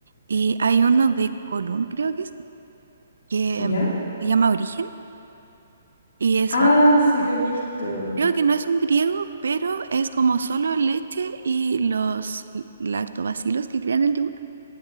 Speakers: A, on the right; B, on the left.
A: Y hay uno de Colón, creo que es, que
B: ¿Ya?
A: se llama Origen y es
B: Ah,
A: fantástico.
B: sí lo he visto.
A: Creo que no es un griego, pero es como solo leche y los lactobacilos que crean el yogur.